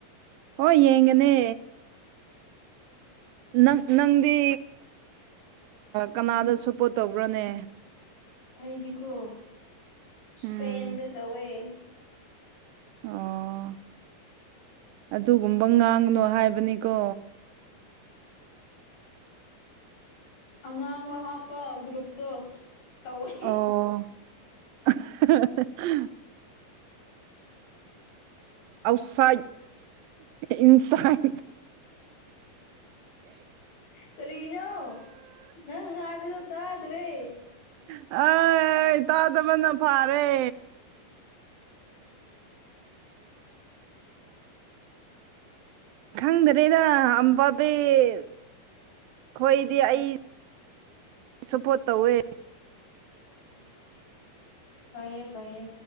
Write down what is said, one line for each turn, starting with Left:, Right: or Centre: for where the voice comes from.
Right: ꯍꯣꯏ ꯌꯦꯡꯒꯅꯦ ꯅꯪ ꯅꯪꯗꯤ ꯀꯅꯥꯗ ꯁꯞꯄꯣꯔꯠ ꯇꯧꯕ꯭ꯔꯥꯅꯦ
Left: ꯑꯩꯗꯤꯀꯣ ꯏꯁꯄꯦꯟꯗ
Right: ꯎꯝ
Left: ꯇꯧꯋꯦ
Right: ꯑꯣ ꯑꯗꯨꯒꯨꯝꯕ ꯉꯥꯡꯅꯨ ꯍꯥꯏꯕꯅꯤꯀꯣ
Left: ꯑꯉꯥꯡꯕ ꯍꯥꯞꯄ ꯒ꯭ꯔꯨꯞꯇꯣ ꯇꯧꯋꯦ
Right: ꯑꯣ <unintelligible> <inaudible> ꯏꯟꯁꯥꯡ
Left: ꯀꯔꯤꯅꯣ ꯅꯪ ꯍꯥꯏꯕꯗꯨ ꯇꯥꯗ꯭ꯔꯦ
Right: ꯑ ꯇꯗ ꯃꯅ ꯐꯥꯔꯦ ꯈꯪꯗ꯭ꯔꯦꯗ ꯑꯝꯕꯕꯤ ꯑꯩꯈꯣꯏꯗꯤ ꯑꯩ ꯁꯨꯄꯣ ꯇꯋꯦ
Left: ꯐꯌꯦ ꯐꯌꯦ